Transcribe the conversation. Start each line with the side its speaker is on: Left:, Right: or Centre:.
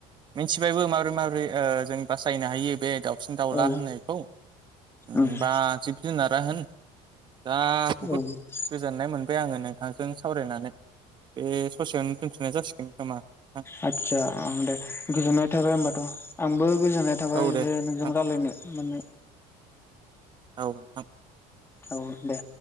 Right: मिथिबायबो माबरै मारै ओ जों बासायनो हायो बे दाउ सिन दावला
Left: औ
Right: होननायखौ ओ
Left: उम
Right: बा जिब जुनारा होन दा बहुद
Left: औ उम
Right: गोजोननाय मोनबाय आंङो नोंथांजों सावरायनानै। बे ससेयावनो दोनथ'नाय जासिगोन खोमा नोंथां।
Left: आदसा आं दे गोजोननाय थाबाय होनबाथ' आंबो गोजोननाय थाबाय
Right: औ दे
Left: जे
Right: नोंथां
Left: नोंजों रालायनो मोनना।
Right: औ नोंथां।
Left: औ दे।